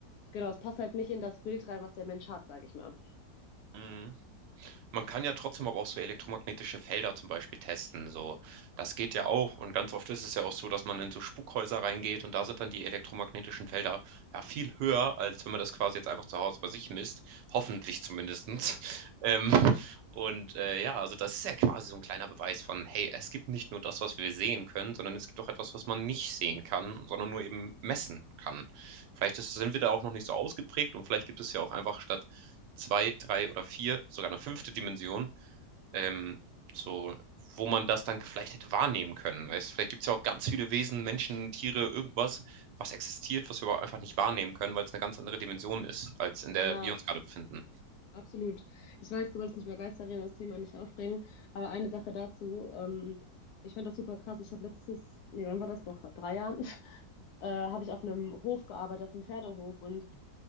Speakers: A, on the left; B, on the right.
A: genau, es passt halt nicht in das Bild rein, was der Mensch hat, sage ich mal.
B: Mhm. Man kann ja trotzdem aber auch so elektromagnetische Felder zum Beispiel testen. So, das geht ja auch. Und ganz oft ist es ja auch so, dass man in so Spukhäuser reingeht und da sind dann die elektromagnetischen Felder ja viel höher, als wenn man das quasi jetzt einfach zu Hause bei sich misst. Hoffentlich zumindestens. <laughs> Ähm, und äh, ja, also das ist ja quasi so ein kleiner Beweis von, hey, es gibt nicht nur das, was wir sehen können, sondern es gibt auch etwas, was man nicht sehen kann, sondern nur eben messen kann. Vielleicht ist, sind wir da auch noch nicht so ausgeprägt und vielleicht gibt es ja auch einfach statt zwei, drei oder vier, sogar eine fünfte Dimension, ähm, so, wo man das dann vielleicht hätte wahrnehmen können. Weißt? Vielleicht gibt es ja auch ganz viele Wesen, Menschen, Tiere, irgendwas, was existiert, was wir aber einfach nicht wahrnehmen können, weil es eine ganz andere Dimension ist, als in der
A: Ja.
B: wir uns gerade befinden.
A: Absolut. Ich weiß, du wolltest nicht über Geister reden und das Thema nicht aufbringen, aber eine Sache dazu. Ähm, ich fand das super krass. Ich habe letztes, nee, wann war das? Boah, vor drei Jahren, <laughs> äh, habe ich auf einem Hof gearbeitet, auf einem Pferdehof. Und